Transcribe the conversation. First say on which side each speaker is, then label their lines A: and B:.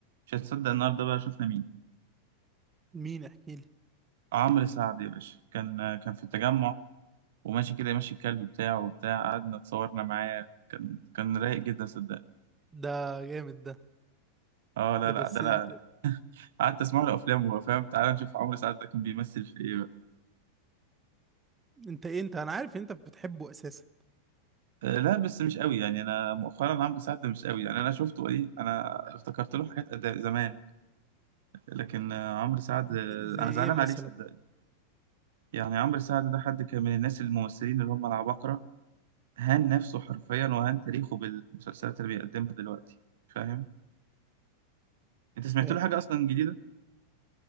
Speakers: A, on the right (about 55°); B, on the right (about 15°).
A: مش هتصدق النهارده بقى شفنا مين
B: مين احكي لي
A: عمرو سعد يا باشا كان كان في التجمع وماشي كده ماشي الكلب بتاعه وبتاع قعدنا اتصورنا معاه كان كان رايق جدا صدق
B: ده جامد ده
A: اه لا
B: ده
A: لا
B: بس
A: ده لا
B: انت
A: <laughs> قعدت اسمع له افلام وهو فاهم تعالى نشوف عمرو سعد ده كان بيمثل في ايه بقى
B: انت ايه انت انا عارف ان انت بتحبه اساسا
A: آه، لا بس مش قوي يعني انا مؤخرا عمرو سعد ده مش قوي يعني انا شفته ايه انا افتكرت له حاجات أدا- زمان لكن آه، عمرو سعد آه،
B: زي
A: انا
B: ايه
A: زعلان
B: مثلا
A: عليه صدقني يعني عمرو سعد ده حد كان من الناس الممثلين اللي هم العباقرة هان نفسه حرفيا وهان تاريخه بالمسلسلات اللي بيقدمها دلوقتي فاهم انت سمعت
B: ف...
A: له حاجه اصلا جديده